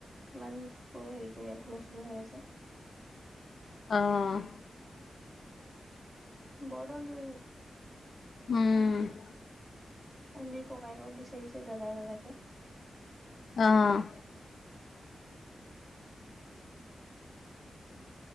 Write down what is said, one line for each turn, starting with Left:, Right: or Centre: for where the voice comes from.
Centre: ইমান থো হেৰি কৰি হুলস্থুলু হৈ আছে।
Left: অঁ'
Centre: বৰ দনদুৰী হ'ল।
Left: উম'
Centre: অথনি ককায়েকক বিচাৰিছে দাদা দাদাকে।
Left: অঁ'